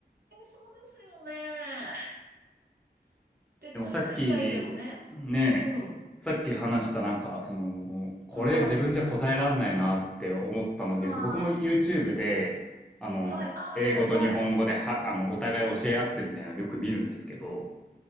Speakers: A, on the right (about 65°); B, in the centre.
A: え、そうですよね。絶対海外でもね。
B: でもさっき、ねえ、
A: うん。
B: さっき話したなんか、その、これ自分じゃ答えらんないなって思ったので言うと、
A: はい。はい。
B: 僕も YouTube で、あの、
A: はい。あ、
B: 英語と日本語では、
A: はい、はい。
B: あの、お互い教え合ってるみたいなのよく見るんですけど、